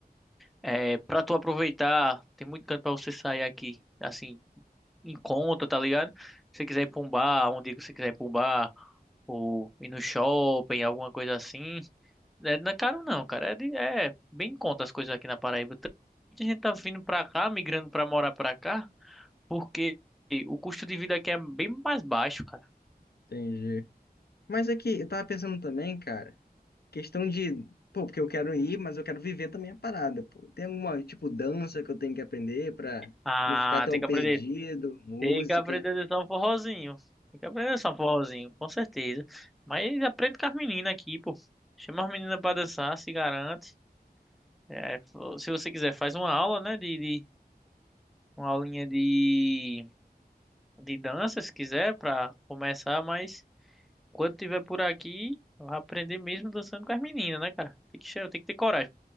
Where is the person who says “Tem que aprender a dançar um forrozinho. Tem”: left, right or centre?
Centre